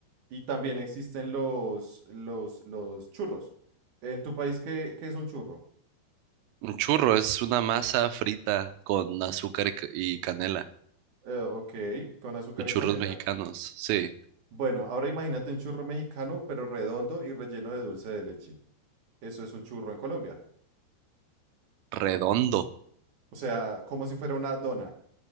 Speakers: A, on the right; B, on the right.
A: y también existen los, los, los churros. En tu país, ¿qué, qué es un churro?
B: un churro es una masa frita con azúcar y, ca- y canela.
A: Eh, ok, con azúcar
B: Los
A: y
B: churros
A: canela.
B: mexicanos, sí.
A: Bueno, ahora imagínate un churro mexicano, pero redondo y relleno de dulce de leche. Eso es un churro en Colombia.
B: Redondo.
A: O sea, como si fuera una dona.